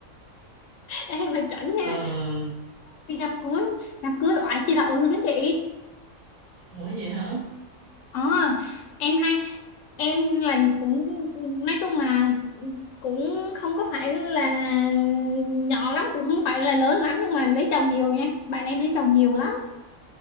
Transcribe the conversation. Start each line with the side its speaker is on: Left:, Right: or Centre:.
Left: em mà chuẩn
Right: Ờ,
Left: nha đi đám cưới đám cưới oải chị đậu luôn đó chị
Right: Ủa vậy hả?
Left: ờ em ha em là cũng nói chung là cũng không có phải là nhỏ lắm cũng không phải là lớn lắm nhưng mà lấy chồng nhiều nha bạn em lấy chồng nhiều lắm